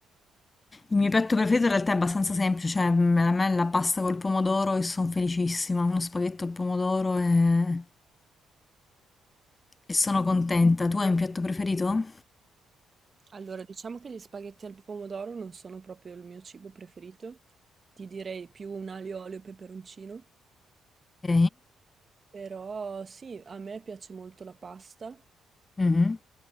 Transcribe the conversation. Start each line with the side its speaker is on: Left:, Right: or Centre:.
Left: Il mio piatto preferito in realtà è abbastanza semplice, cioè mm, a me è la pasta col pomodoro e sono felicissima, uno spaghetto al pomodoro e... e sono contenta. Tu hai un piatto preferito?
Right: Allora, diciamo che gli spaghetti al pomodoro non sono proprio il mio cibo preferito. Ti direi più un aglio, olio e peperoncino.
Left: Ok,
Right: Però sì, a me piace molto la pasta,
Left: Mhm.